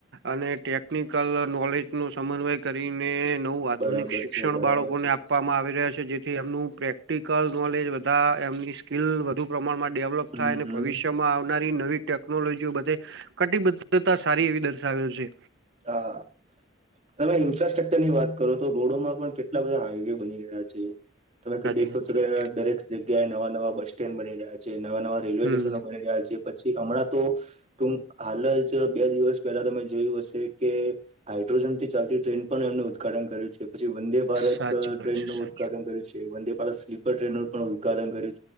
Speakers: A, on the right; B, on the right.
A: અને ટેકનિકલ નોલેજ નું સમન્વય કરીને નવું આધુનિક
B: બરાબર
A: શિક્ષણ
B: છે બરાબર
A: બાળકોને
B: છે
A: આપવામાં આવી રહ્યા છે જે એમનું પ્રેક્ટિકલ નોલેજ બધા એમની સ્કીલ વધુ પ્રમાણમાં ડેવલપ
B: હમ
A: થાય અને
B: હમ
A: ભવિષ્યમાં આવે નવી ટેકનોલોજી કટિબદ્ધતા સારી એવી દર્શાવે છે
B: હા તમે ઇન્ફ્રાસ્ટ્રકચર ની વાત કરો તો રોડોમાં પણ કેટલા બધા હાઈવે બની ગયા છે તમે
A: સાચી
B: દેખો
A: વાત
B: તો
A: છે
B: ખરા દરેક જગ્યાએ નવા-નવા બસ સ્ટેન્ડ બની રહ્યા છે નવા-નવા રેલવે
A: હમ
B: સ્ટ સ્ટેશનો બની રહ્યા છે પછી હમણાં તો ટૂંક હાલ જ બે દિવસ પહેલા તમે જોયું હશે કે હાઇડ્રોજન થી ચાલતી ટ્રેન પણ એમને ઉદઘાટન કર્યું છે પછી વંદે ભારત
A: સાચી
B: ટ્રેનનું
A: વાત છે
B: ઉદઘાટન કર્યું છે વંદે ભારત સ્લીપર ટ્રેનનું પણ ઉદ્ઘ પાલન કર્યું